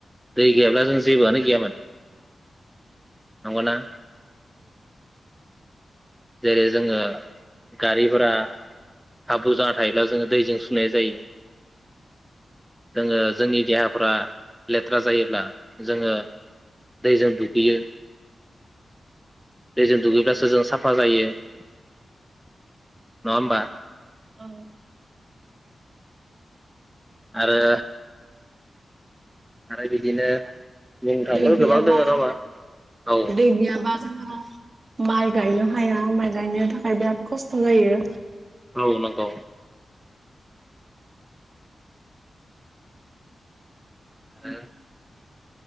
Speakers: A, in the centre; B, on the right (about 45°).
A: दै गैयाब्ला जों जेबोआनो गैयामाथो नंगौना जेरै जोङो गारिफोरा हाब्रु जाना थायोब्ला जोङो दैजों सुनाय जायो जोङो जोंनि देहाफ्रा लेथ्रा जायोब्ला जोङो दैजों दुगैयो दैजों दुगैब्लासो जों साफा जायो नङा होमबा
B: औं
A: आरो आरो बिदिनो बुंनो थाङोब्ला
B: दै गैयाबा
A: गोबां दङ नडाहोनबा औ
B: दै गैयाबा जोंहा माइ गायनो हाया माइ गायनो थाखाय बिराद खस्थ' जायो
A: औ नंगौ आरो